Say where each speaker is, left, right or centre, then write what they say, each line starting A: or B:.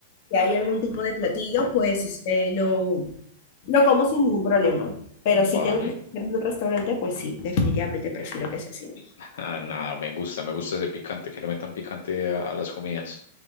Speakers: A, on the left (about 50°); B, on the left (about 80°).
A: si hay algún tipo de platillo, pues este, lo, lo como sin ningún problema. Pero si
B: vale.
A: tengo que comer en un restaurante, pues sí, definitivamente prefiero que sea así. ¿no?
B: Ah, nada, me gusta, me gusta ese picante, que le metan picante a, a las comidas.